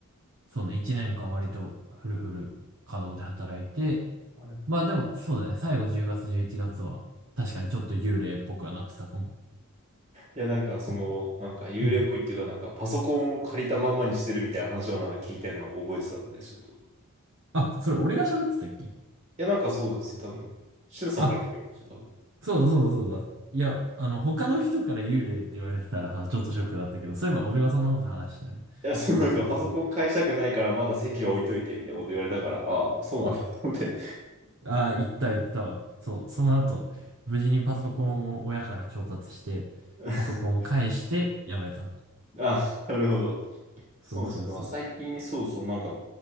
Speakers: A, on the right (about 60°); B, on the right (about 35°).
A: そうね、1年間割とフルフル稼働で働いて、
B: あれい
A: まあでもそうだね、最後10月、11月は確かにちょっと幽霊っぽくはなってたかも。
B: や、なんかその、
A: うん
B: なんか幽霊っぽいっていうか、
A: うん。
B: なんかパソコンを借りたまんまにしてるみたいな話をなんか聞いたのを覚えてたので、ちょっと。い
A: あ、それ俺が喋ってたっけ
B: や、なんかそうなんですよ、多分。しゅんさんから聞きました、
A: あ、
B: 多分。
A: そうだそうだそうだ。いや、あの、他の人から幽霊って言われてたらさ、ちょっとショックだったけど、そういえば俺がそんなこと話したね。
B: いや、そう、
A: そうそうそう。
B: なんかパソコン返したくないからまだ席は置いといてみたいなこと言われたから、ああ、そうなんだと思って。
A: ああー行った行ったわ。そう、その後、無事にパソコンを親から調達して、
B: <laughs>
A: パソコンを返してやめた。
B: あ、なるほど。
A: そうそうそうそう。
B: そうなんですよ。なんか最近、そうそう、なんか、